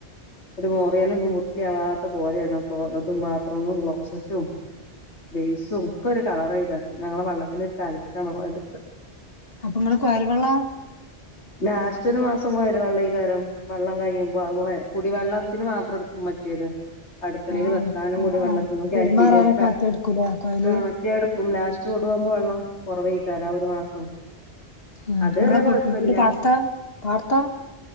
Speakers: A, on the left; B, on the left.
A: ഒര് മോറ്യേനൊന്നും വൃത്ത്യാവാത്ത പോലേണ് ക്ലോ തും ബാത്റൂമും ക്ലോസറ്റും ബേസും ഒക്കൊര് കളറായ്കാരം ഞങ്ങളെ വള്ളത്തിനൊര് കൽക്കാണ് കൊയല്ത്തെ
B: അപ്പൊ ങ്ങളെ കാെയൽ വെള്ളാ
A: ലാസ്റ്റാെര് മാസം കൊയല് വള്ളയ്കാരം വള്ളം കയ്യുമ്പോ അത് കുടിവള്ളം ത്തിന് മാത്രം ട്ക്കും മറ്റേത് അട്ക്കളീൽ
B: ആ
A: വെക്കാനും
B: ആ
A: കുടി വള്ളത്തിനൂടി
B: ആ പെരുമാറാനൊക്കെ
A: ആയ്റ്റില്ലിക്കെ
B: മറ്റെടുക്കൂലേ കൊയല്
A: ആ മറ്റേട് ക്കും ലാസ്റ്റ് ഒടു ആവ്മ്പം വെള്ളം കാെറവെയ്ക്കാരം ആ ഒര് മാസം
B: ആ
A: അത്
B: നിങ്ങളെ
A: വരെ കൊഴപ്പല്ല്യ
B: വീട് പാടത്താ പാടത്താ